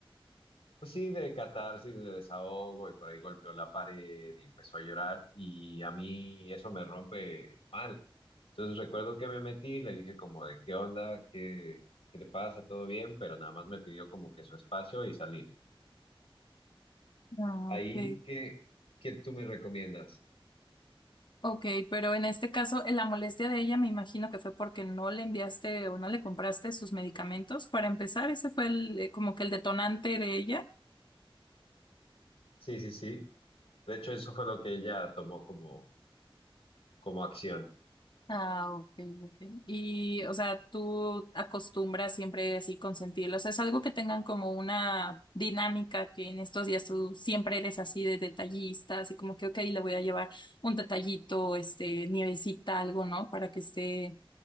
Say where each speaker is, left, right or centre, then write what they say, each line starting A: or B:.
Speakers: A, on the left (about 80°); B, on the left (about 55°).
A: Pues sí, de catarsis, de desahogo, y por ahí golpeó la pared y empezó a llorar, y a mí eso me rompe mal. Entonces recuerdo que me metí, le dije como de qué onda, qué, qué te pasa, todo bien, pero nada más me pidió como que su espacio y salí.
B: Ah,
A: Ahí,
B: ok.
A: ¿qué, qué tú me recomiendas?
B: Ok, pero en este caso, eh, la molestia de ella me imagino que fue porque no le enviaste o no le compraste sus medicamentos. Para empezar, ese fue el, eh, como que el detonante de ella.
A: Sí, sí, sí. De hecho, eso fue lo que ella tomó como, como acción.
B: Ah, ok, ok. Y, o sea, tú acostumbras siempre así consentirlos. O sea, es algo que tengan como una dinámica que en estos días tú siempre eres así de detallista, así como que, ok, le voy a llevar un detallito, este, nievecita, algo, ¿no? Para que esté